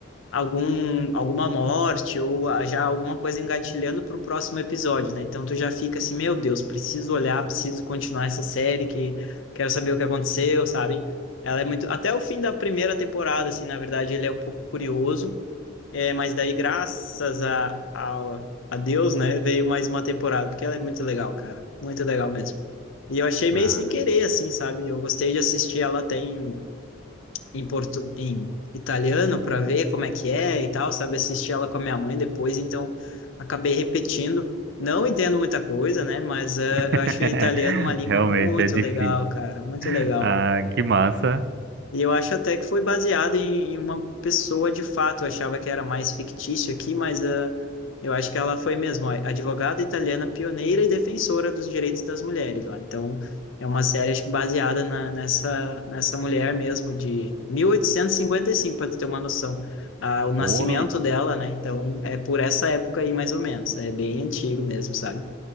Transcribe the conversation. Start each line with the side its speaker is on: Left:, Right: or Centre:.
Left: algum, alguma morte ou a- já alguma coisa engatilhando pro próximo episódio, né? Então tu já fica assim, meu Deus, preciso olhar, preciso continuar essa série, que quero saber o que aconteceu, sabe? Ela é muito, até o fim da primeira temporada, assim, na verdade, ele é um pouco curioso. É, mas daí, graças a, a, a Deus, né, veio mais uma temporada, porque ela é muito legal, cara. Muito legal mesmo. E eu achei meio
Right: Ah.
Left: sem querer, assim, sabe? Eu gostei de assistir ela até em, em, portu, em italiano, para ver como é que é e tal, sabe? Assisti ela com a minha mãe depois, então acabei repetindo. Não entendo muita coisa, né, mas eh,
Right: <laughs>
Left: eu achei o italiano uma língua
Right: Realmente,
Left: muito
Right: é difícil.
Left: legal, cara. Muito legal.
Right: Ah, que massa.
Left: E eu acho até que foi baseado em, em uma pessoa de fato. Eu achava que era mais fictício aqui, mas ah, eu acho que ela foi mesmo, ó, advogada italiana pioneira e defensora dos direitos das mulheres lá. Então, é uma série acho que baseada na- nessa, nessa mulher mesmo, de 1855, para tu ter uma noção. Ah, o nascimento
Right: Pô,
Left: dela, né? Então, é por essa época aí, mais ou menos. É bem antigo mesmo, sabe?